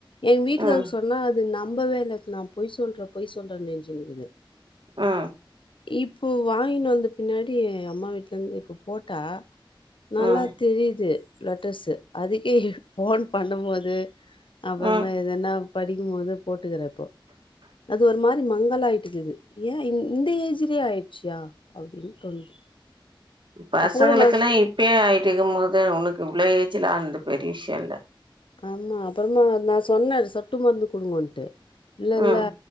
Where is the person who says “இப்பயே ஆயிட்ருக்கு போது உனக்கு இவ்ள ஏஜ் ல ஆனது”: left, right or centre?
Right